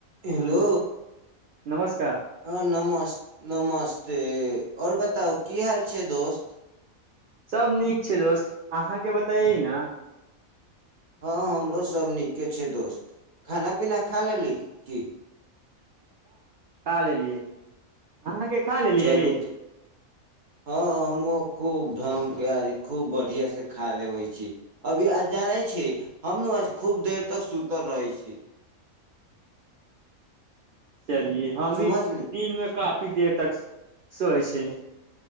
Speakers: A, on the right; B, on the right.
A: हेलो।
B: नमस
A: हाँ नमस नमस्ते। और बताउ की हाल छै दोस्त।
B: सब नीक छै दोस्त, अहाँके बताइ न।
A: हाँ हमरो सब नीके छै दोस्त, खाना पीना खा लैली की।
B: काल एलियै अहाँके खा लेलियै
A: चलू हँ हमूँ खूब ढङंगगके आज खूब बढ़िआँ से खा लेबै छी अभी आज जानै छी हम ने आज खूब देर तक सुतल रहै छी
B: चलियए हम भी
A: समझली
B: दिन मे काफी काफी देर तक सोइ छै